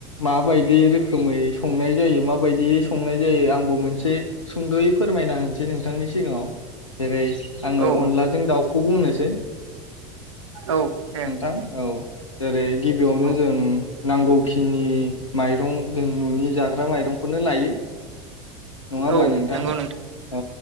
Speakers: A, on the left; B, on the right.
A: माबायदि रोखोमै संनाय जायो माबायदियै संनाय जायो आंबो मोनसे सुंद'यै फोरमायना होनोसै नोंथांनि सिगाङाव जेरै आङो
B: औ
A: अनलाजों दाउखौ बुंनोसै
B: औ दे
A: नोंथां औ जेरै गिबियावनो
B: औ
A: जों नांगौखिनि माइरं जों न'नि जाग्रा माइरंखौनो लायो। नङा होमबा
B: औ
A: नोंथां
B: नंगौ
A: ओ